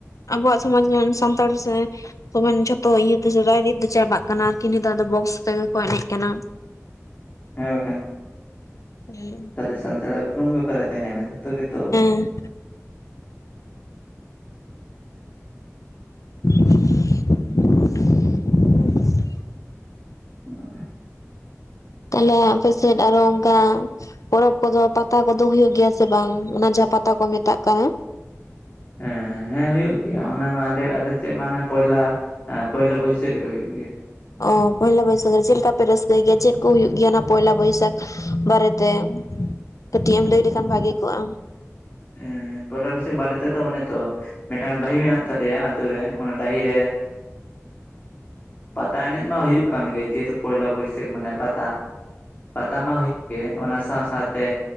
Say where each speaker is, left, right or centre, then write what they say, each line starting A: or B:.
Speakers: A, on the left (about 85°); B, on the left (about 35°).
A: ᱟᱵᱚᱣᱟᱜ ᱥᱚᱢᱟᱡᱽ ᱨᱮᱱ ᱥᱟᱱᱛᱟᱲ ᱥᱮ ᱛᱚᱢᱮ ᱡᱷᱚᱛᱚ ᱤᱭᱟᱹ ᱫᱚ ᱨᱟᱭ ᱨᱤᱛ ᱫᱚ ᱪᱟᱵᱟᱜ ᱠᱟᱱᱟ, ᱠᱤ ᱱᱤᱛᱟᱨ ᱫᱚ ᱵᱚᱠᱥ ᱛᱮᱜᱮ ᱠᱚ ᱮᱱᱮᱡ ᱠᱟᱱᱟ᱾
B: ᱦᱮᱸ ᱵᱟᱠᱷᱟᱱ᱾
A: ᱦᱩᱸ᱾
B: ᱛᱟᱦᱚᱞᱮ ᱥᱟᱱᱛᱟᱲᱟᱜ ᱩᱯᱨᱩᱢ ᱜᱮ ᱚᱠᱟᱨᱮ ᱛᱟᱦᱮᱱᱟ, ᱡᱷᱚᱛᱚ ᱜᱮᱛᱚ
A: ᱦᱩᱸ᱾ <inaudible>
B: <unintelligible>
A: ᱛᱟᱦᱞᱮ ᱟᱯᱮ ᱥᱮᱫ ᱟᱨᱚ ᱚᱱᱠᱟ ᱯᱚᱨᱚᱵᱽ ᱠᱚᱫᱚ ᱯᱟᱛᱟ ᱠᱚᱫᱚ ᱦᱩᱭᱩᱜ ᱜᱮᱭᱟ ᱥᱮ ᱵᱟᱝ? ᱚᱱᱟ ᱡᱟᱦᱟᱸ ᱯᱟᱛᱟ ᱠᱚ ᱢᱮᱛᱟᱜ ᱠᱟᱱᱟ᱾
B: ᱦᱮᱸ ᱦᱮᱸ ᱦᱩᱭᱩᱜ ᱜᱮᱭᱟ ᱚᱱᱟ ᱢᱟ ᱟᱞᱮ ᱟᱞᱮᱥᱮᱫ ᱢᱟᱱᱮ ᱯᱚᱭᱞᱟ ᱦᱮᱸ ᱯᱚᱭᱞᱟ ᱵᱟᱹᱭᱥᱟᱹᱠᱷ ᱨᱮ ᱦᱩᱭᱩᱜ ᱜᱮᱭᱟ᱾
A: ᱚ ᱯᱚᱭᱞᱟ ᱵᱟᱹᱭᱥᱟᱹᱠᱷ ᱨᱮ ᱪᱮᱫ ᱞᱮᱠᱟ ᱯᱮ ᱨᱟᱹᱥᱠᱟᱹᱭ ᱜᱮᱭᱟ? ᱪᱮᱫ ᱠᱚ ᱦᱩᱭᱩᱜ ᱜᱮᱭᱟ ᱚᱱᱟ ᱯᱚᱭᱞᱟ ᱵᱟᱹᱭᱥᱟᱹᱠᱷ ᱵᱟᱨᱮᱛᱮ ᱠᱟᱹᱴᱤᱡ ᱮᱢ ᱞᱟᱹᱭ ᱞᱮᱠᱷᱟᱱ ᱵᱷᱟᱹᱜᱮ ᱠᱚᱜᱼᱟ᱾
B: ᱮᱸ ᱯᱚᱭᱞᱟ ᱵᱟᱹᱭᱥᱟᱠᱷ ᱵᱟᱨᱮ ᱛᱮᱫᱚ ᱚᱱᱮ ᱛᱚ, ᱢᱤᱫᱴᱟᱝ ᱰᱟᱺᱦᱤ ᱢᱮᱱᱟᱜ ᱛᱟᱞᱮᱭᱟ ᱛᱩ ᱨᱮ ᱚᱱᱟ ᱰᱟᱦᱤ ᱨᱮ ᱛᱟ ᱮᱱᱮᱡ ᱢᱟ ᱦᱩᱭᱩᱜ ᱠᱟᱱ ᱜᱮᱭᱟ ᱡᱮᱦᱮᱛᱩ ᱯᱚᱭᱞᱟ ᱵᱟᱹᱭᱥᱟᱹᱠᱷ ᱢᱟᱱᱮ ᱯᱟᱛᱟ ᱯᱟᱛᱟ ᱢᱟ ᱦᱩᱭᱩᱜ ᱚᱱᱟ ᱥᱟᱶ ᱥᱟᱶᱛᱮ